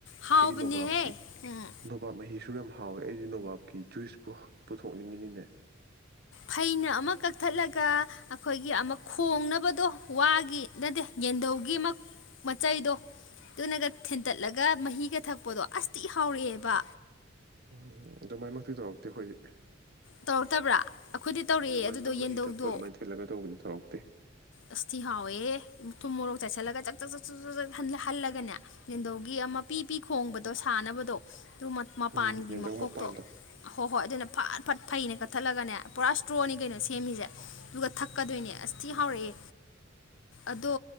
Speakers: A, on the left (about 65°); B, on the right (about 55°).
A: ꯍꯥꯎꯕꯅꯦꯍꯦ
B: ꯑꯩꯒꯤ ꯅꯣꯕꯥꯞꯀꯤ
A: ꯎꯝ
B: ꯅꯣꯕꯥꯞ ꯃꯍꯤꯁꯨ ꯌꯥꯝ ꯍꯥꯎꯋꯦ ꯑꯩꯗꯤ ꯅꯣꯕꯥꯞꯀꯤ ꯖꯨꯏꯁ ꯄꯨ ꯄꯨꯊꯣꯛꯅꯤꯡꯉꯤꯅꯤꯅꯦ
A: ꯐꯩꯅ ꯑꯃ ꯀꯛꯊꯠꯂꯒ ꯑꯩꯈꯣꯏꯒꯤ ꯑꯃ ꯈꯣꯡꯅꯕꯗꯣ ꯋꯥꯒꯤ ꯅꯠꯇꯦ ꯌꯦꯗꯧꯒꯤ ꯑꯃꯛ ꯃꯆꯩꯗꯣ ꯑꯗꯨꯅꯒ ꯊꯤꯟꯇꯠꯂꯒ ꯃꯍꯤꯒ ꯊꯛꯄꯗꯣ ꯑꯁ ꯊꯤꯍꯥꯎꯔꯛꯑꯦꯕ
B: ꯎꯝ ꯑꯗꯨꯃꯥꯏꯃꯛꯇꯤ ꯇꯧꯔꯛꯇꯦ ꯑꯩꯈꯣꯏꯗꯤ
A: ꯇꯧꯔꯛꯇꯕ꯭ꯔꯥ ꯑꯩꯈꯣꯏꯗꯤ ꯇꯧꯔꯛꯑꯦ
B: ꯑꯗꯨꯃꯥꯏꯅ
A: ꯑꯗꯨꯗꯣ
B: ꯃꯍꯤ
A: ꯌꯦꯟꯗꯧꯗꯣ
B: ꯊꯛꯄ ꯑꯗꯨꯃꯥꯏꯅ ꯊꯤꯂꯒ ꯇꯧꯕꯗꯤ ꯇꯧꯔꯛꯇꯦ
A: ꯑꯁꯊꯤ ꯍꯥꯎꯋꯦ ꯊꯨꯝ ꯃꯣꯔꯣꯛ ꯆꯥꯏꯁꯤꯜꯂꯒ ꯆꯥꯛ ꯆꯥꯛ ꯆꯥꯛ ꯍꯜꯂꯒꯅꯦ ꯌꯦꯟꯙꯧꯒꯤ ꯑꯃ ꯃꯄꯤ ꯄꯤ ꯈꯣꯡꯕꯗꯣ ꯁꯥꯟꯅꯕꯗꯣ ꯑꯗꯨ ꯃꯄꯥꯟꯒꯤ
B: ꯎꯝ ꯌꯦꯟꯗꯧ
A: ꯃꯈꯣꯛꯇꯣ
B: ꯃꯄꯥꯟꯗꯣ
A: ꯑ ꯍꯣꯏ ꯍꯣꯏ ꯑꯗꯨꯅ ꯐꯠ ꯐꯠ ꯐꯩꯅ ꯀꯛꯊꯠꯂꯒꯅꯦ ꯄꯨꯔꯥ ꯏꯁꯇ꯭ꯔꯣꯅꯤ ꯀꯩꯅꯣ ꯁꯦꯝꯃꯤꯁꯦ ꯑꯗꯨꯒ ꯊꯛꯀꯗꯣꯏꯅꯦ ꯑꯁ ꯊꯤ ꯍꯥꯎꯔꯛꯑꯦ
B: <inaudible>
A: ꯑꯗꯣ